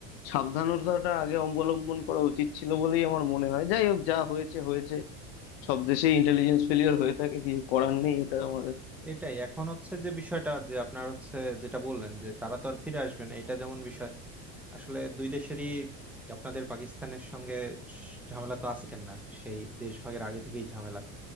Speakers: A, on the left; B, in the centre.
A: সাবধানতাটা আগে অবলম্বন করা উচিত ছিল বলেই আমার মনে হয় যাই হোক যা হয়েছে হয়েছে সব দেশেই ইন্টেলিজেন্স ফেলিওর হয়ে থাকে কিছু করার নেই এটা আমাদের
B: এটাই এখন হচ্ছে যে বিষয়টা যে আপনার হচ্ছে যেটা বললেন যে তারা তো আর ফিরে আসবে না এটা যেমন বিষয় আসলে দুই দেশেরই আপনাদের পাকিস্তানের সঙ্গে ঝামেলা তো আজকের না সেই দেশ ভাগের আগে থেকেই ঝামেলা